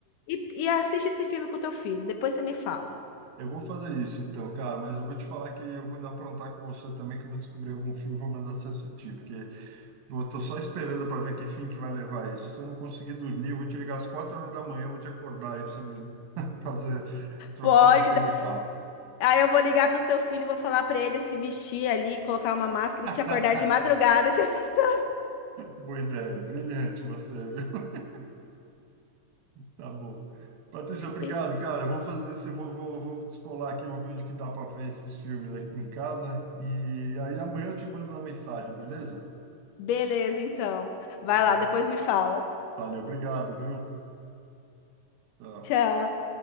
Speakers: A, on the left (about 75°); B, on the right (about 85°).
A: e, e assiste esse filme com o teu filho. Depois você me fala.
B: eu vou fazer isso então, cara, mas eu vou te falar que eu vou ainda aprontar com você também, que eu vou descobrir algum filme e vou mandar você assistir, porque eu tô só esperando para ver que fim que vai levar isso. Se eu não conseguir dormir, eu vou te ligar às quatro horas da manhã, eu vou te acordar aí pra você me <laughs> fazer, pra
A: Pode.
B: ficar batendo
A: dar-
B: papo.
A: Aí eu vou ligar pro seu filho, e vou falar pra ele se vestir ali, colocar uma máscara
B: <laughs>
A: e te acordar de madrugada, <laughs> te assustar.
B: Boa ideia, brilhante você, viu? <laughs> Tá bom. Patrícia, obrigado,
A: E-
B: cara. Eu vou fazer isso, eu vou, vou, vou descolar aqui, vou ver onde que dá para ver esses filmes aqui em casa. E aí amanhã eu te mando uma mensagem, beleza?
A: Beleza, então. Vai
B: Valeu,
A: lá, depois me fala.
B: valeu, obrigado, viu? Tchau.
A: Tchau.